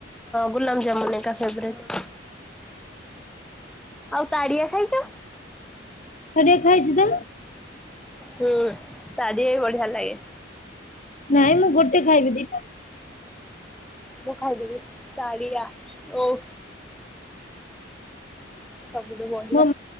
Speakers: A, in the centre; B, on the left.
A: ଗୁଲାବ୍ ଜାମୁନ୍ ଏକା ଫେବ୍ରେଟ୍। ଆଉ ତାଡିଆ ଖାଇଚ?
B: ତାଡିଆ ଖାଇଚି ତ।
A: ହୁଁ ତାଡିଆ ବି ବଢିଆ ଲାଗେ।
B: ନାଇଁ ମୁଁ ଗୋଟେ ଖାଇବି ଦିଟା
A: ମୁଁ ଖାଇଦେବି ତାଡିଆ, ଓଃ। ସବୁଠୁ ବଢ଼ିଆ।
B: ମୋ